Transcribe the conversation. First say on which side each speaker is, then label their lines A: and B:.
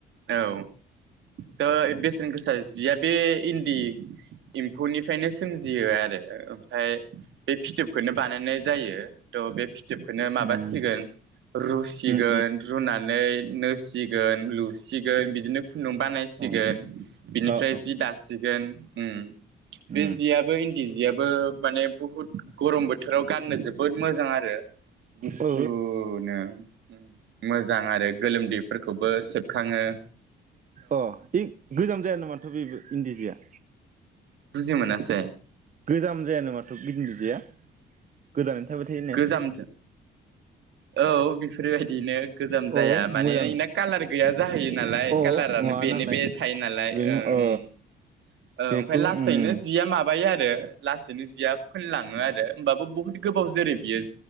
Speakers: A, on the right; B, on the right.
A: औ थ' बेसेन गोसा जिया बे इन्दि एम्फौनिफ्रायनो सोमजियो आरो ओमफाय बे फिथोबखौनो बानायनाय जायो थ' बे फिथोबखौनो माबासिगोन
B: उम
A: रुसिगोन
B: उम
A: होननानै नोसिगोन लुसिगोन बिदिनो खुन्दुं बानायसिगोन
B: उम अ
A: बिनिफ्राय
B: अ अ
A: जि दास ओम बे
B: उम
A: जियाबो इन्दि सियाबबो माने बुहुत गरम बोथोराव गाननो जोबोद मोजां आरो गुसुनो
B: औ
A: उम मोजां आरो गोलोमदैफोरखौबो जोबखाङो
B: अ गोजाम जाया नामा दाथ' बेबो इन्दि जिया
A: बुजि मोनासै
B: गोजाम जायानो माथो बे इन्दि जिया गोदानै नो थाबाय थायोनो
A: गोजाम औ बेफोरबायदिनो गोजाम जाया
B: अ
A: माने
B: मोजां
A: इना कालार गैया जाहैयो नालाय
B: अ
A: कालारानो
B: माबा
A: बेनो
B: नालाय
A: बे थायो नालाय
B: बेनो
A: ओम
B: अ
A: ओम
B: बेखौ
A: ओमफ्राय लासैनो
B: उम
A: जिया माबायो आरो लासैनो जिया फोनलाङो आरो होमबाबो बुहुत गोबाव जोरो इयो